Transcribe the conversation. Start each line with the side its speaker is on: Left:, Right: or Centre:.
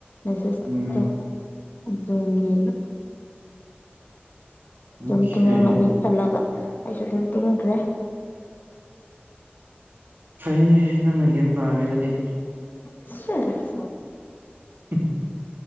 Left: ꯃꯦꯁꯦꯁꯇꯣ
Right: ꯎꯝ
Left: ꯑꯗꯨꯗꯒꯦ ꯑꯗꯨꯝ
Right: ꯑꯣꯈꯦ
Left: ꯇꯨꯝꯉꯝꯃꯅꯤ ꯈꯜꯂꯒ ꯑꯩꯁꯨ ꯑꯗꯨꯝ ꯇꯨꯝꯈ꯭ꯔꯦ
Right: ꯐꯩꯅꯦ ꯅꯪꯅ ꯒ꯭ꯌꯥꯟ ꯇꯥꯕꯤꯔꯗꯤ
Left: ꯁ
Right: ꯎꯝ